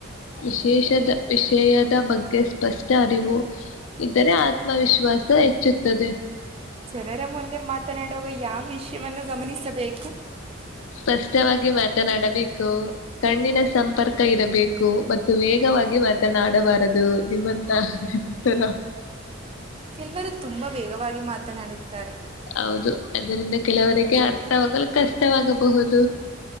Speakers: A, on the left (about 75°); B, on the right (about 30°).
A: ವಿಶೇಷದ ವಿಷಯದ ಬಗ್ಗೆ ಸ್ಪಷ್ಟ ಅರಿವು ಇದ್ದರೆ ಆತ್ಮವಿಶ್ವಾಸ ಹೆಚ್ಚುತ್ತದೆ.
B: ಜನರ ಮುಂದೆ ಮಾತನಾಡುವಾಗ ಯಾವ ವಿಷಯವನ್ನು ಗಮನಿಸಬೇಕು?
A: ಸ್ಪಷ್ಟವಾಗಿ ಮಾತನಾಡಬೇಕು. ಕಣ್ಣಿನ ಸಂಪರ್ಕ ಇರಬೇಕು. ಮತ್ತು ವೇಗವಾಗಿ ಮಾತನಾಡಬಾರದು ನಿಮ್ಮಂತ ತರ <inaudible>
B: ಕೆಲವರು ತುಂಬಾ ವೇಗವಾಗಿ ಮಾತನಾಡುತ್ತಾರೆ.
A: ಹೌದು ಅದರಿಂದ ಕೆಲವರಿಗೆ ಅರ್ಥವಾಗಲು ಕಷ್ಟವಾಗಬಹುದು.